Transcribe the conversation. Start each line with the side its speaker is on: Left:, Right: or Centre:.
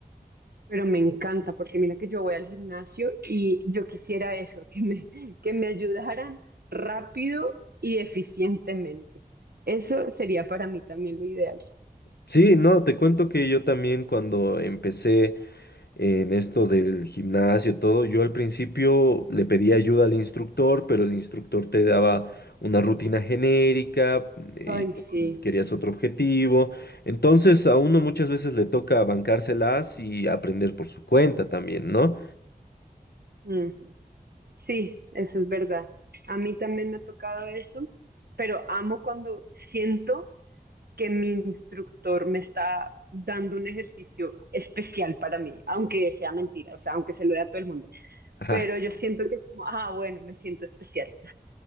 Right: Pero me encanta porque mira que yo voy al gimnasio y yo quisiera eso, <laughs> que me, que me ayudaran rápido y eficientemente. Eso sería para mí también lo ideal.
Left: Sí, no, te cuento que yo también cuando empecé en esto del gimnasio, todo, yo al principio le pedí ayuda al instructor, pero el instructor te daba una rutina genérica mm, y
Right: Ay,
Left: tú
Right: sí.
Left: querías otro objetivo. Entonces a uno muchas veces le toca bancárselas y aprender por su cuenta también, ¿no?
Right: Mm. Sí, eso es verdad. A mí también me ha tocado eso, pero amo cuando siento que mi instructor me está dando un ejercicio especial para mí, aunque sea mentira, o sea, aunque se lo dé a todo el mundo.
Left: Ajá.
Right: Pero yo siento que es como, ah, bueno, me siento especial.